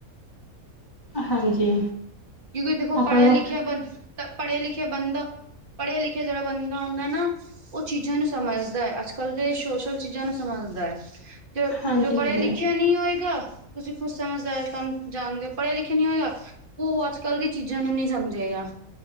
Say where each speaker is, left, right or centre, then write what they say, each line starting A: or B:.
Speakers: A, on the left; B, on the right.
A: ਹਾਂਜੀ।
B: ਕਿਉਂਕਿ ਦੇਖੋ
A: ਆਪਾਂ
B: ਪੜ੍ਹਿਆ
A: ਨੂੰ
B: ਲਿਖੇ ਬੰਦਾ ਪੜ੍ਹੇ ਲਿਖੇ ਬੰਦਾ ਪੜ੍ਹਿਆ- ਲਿਖਿਆ ਜਿਹੜਾ ਬੰਦਾ ਹੁੰਦਾ ਨਾ ਉਹ ਚੀਜ਼ਾਂ ਨੂੰ ਸਮਝਦਾ ਐ, ਅੱਜ ਕਲ ਦੇ ਸੋਸ਼ਲ ਚੀਜ਼ਾਂ ਨੂੰ ਸਮਝਦਾ ਐ।
A: ਹਾਂਜੀ
B: ਜੋ ਪੜ੍ਹਿਆ
A: ਹਾਂਜੀ
B: ਲਿਖਿਆ ਨਹੀਂ ਹੋਏਗਾ ਤੁਸੀਂ ਖੁਦ ਸਮਝਦਾਰ ਹੋ, ਤੁਹਾਨੂੰ ਜਾਣਦੇ ਹੋ ਪੜ੍ਹਿਆ ਲਿਖੇ ਨੀ ਹੋਏਗਾ ਉਹ ਅੱਜ ਕੱਲ ਦੀ ਚੀਜ਼ਾਂ ਨੂੰ ਨਹੀ‌ ਸਮਝੇਗਾ।